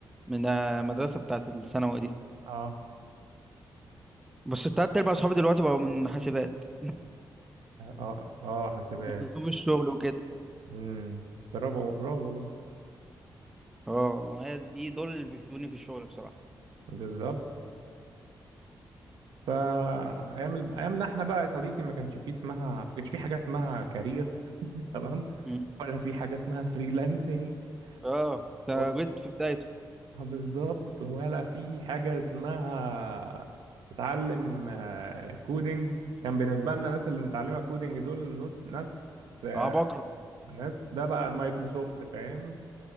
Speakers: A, in the centre; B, on the right.
A: من المدرسة بتاعت الثانوي دي
B: اه
A: بس التلات أرباع صحابي دلوقتي بقوا من حاسبات <laughs>
B: اه اه حاسبات
A: بسبب الشغل وكده
B: امم برافو برافو والله
A: اه وهي دي دول اللي بيفيدوني في الشغل بصراحة
B: بالظبط فايام ال- ايامنا احنا بقى يا صديقي ما كانش فيه اسمها ما كانش فيه حاجه اسمها كارير <laughs> تمام
A: مم.
B: ولا في حاجه اسمها فريلانسنج
A: اه ده
B: ولا-
A: جد في بدايته
B: بالظبط ولا في حاجه اسمها تتعلم آه، كودينج كان بالنسبه لنا الناس اللي متعلمه كودينج دول ناس ناس آه،
A: عبقرة
B: ناس ده بقى مايكروسوفت فاهم